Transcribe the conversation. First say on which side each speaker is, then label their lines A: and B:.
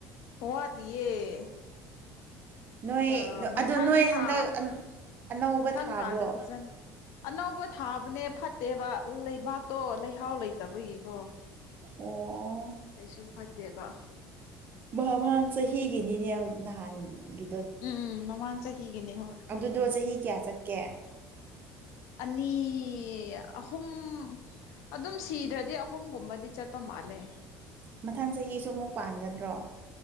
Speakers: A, on the left (about 70°); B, on the right (about 35°).
A: ꯄꯔꯂꯤꯦ
B: ꯅꯣꯏ
A: ꯑ ꯃꯊꯪ
B: ꯑꯗꯣ ꯅꯣꯏ
A: ꯊꯥ
B: ꯍꯟꯗꯛ ꯑꯅꯧꯕ
A: ꯃꯊꯪ
B: ꯊꯥꯕ꯭ꯔꯣ
A: ꯊꯥꯗ ꯐꯖꯅ ꯑꯅꯧꯕ ꯊꯥꯕꯅꯦ ꯐꯠꯇꯦꯕ ꯂꯩꯕꯥꯛꯇꯣ ꯂꯩꯍꯥꯎ ꯂꯩꯇꯕꯒꯤꯀꯣ
B: ꯑꯣ
A: ꯀꯩꯁꯨ ꯐꯠꯇꯦꯕ
B: ꯃꯥꯡ ꯆꯍꯤꯒꯤꯅꯤꯅꯦ ꯅꯍꯥꯟꯒꯤ
A: ꯎꯝ ꯎꯝ ꯃꯃꯥꯡ ꯆꯍꯤ ꯍꯒꯤꯅꯤ ꯍꯣꯏ
B: ꯑꯗꯨꯗꯣ ꯆꯍꯤ ꯀꯌꯥ ꯆꯠꯀꯦ
A: ꯑꯅꯤ ꯑꯍꯨꯝ ꯑꯗꯨꯝ ꯁꯤꯗ꯭ꯔꯗꯤ ꯑꯍꯨꯝꯒꯨꯝꯕꯗꯤ ꯆꯠꯄ ꯑꯄꯥ ꯃꯥꯂꯦ
B: ꯃꯊꯪ ꯆꯍꯤꯁꯨ ꯑꯃꯨꯛ ꯄꯥꯟꯒꯗ꯭ꯔꯣ